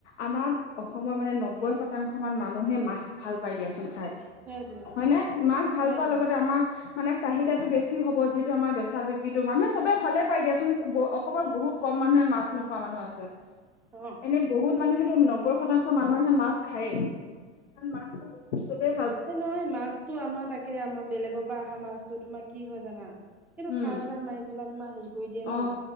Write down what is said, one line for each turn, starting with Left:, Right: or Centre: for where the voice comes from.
Left: আমাৰ অসমৰ মানে নব্বৈ শতাংশ মান মানুহে মাছ ভাল দিয়াচোন খাই,
Centre: সেইটোৱে
Left: হয়নে? মাছ
Centre: সেইটোৱে
Left: ভাল পোৱাৰ লগতে আমাৰ মানে চাহিদাটো বেছি হ'ব। যিটো আম বেচা বিক্ৰীতো। মানুহেব ভালে পাই দিয়াচোন অসমৰ বহুত ক কম মানুহে মাছ নোখোৱা মানুহ আছে।
Centre: অ'
Left: এনেই বহুত মানুহেতো নব্বৈ শতাংশ মানুহে মাছ খায়েই। আৰু মা খুব উৎসৱে
Centre: এ নহয় মাছতটো আমাৰ তাকে, আমাৰ বেলেগৰ পৰা অহা মাছতো তোমাৰ কি হয় জানা কিন্তু
Left: উম
Centre: সাৰ চাৰ মাৰি পেলা তোমাৰ হেৰি কৰি দিয়ে
Left: অ
Centre: ন।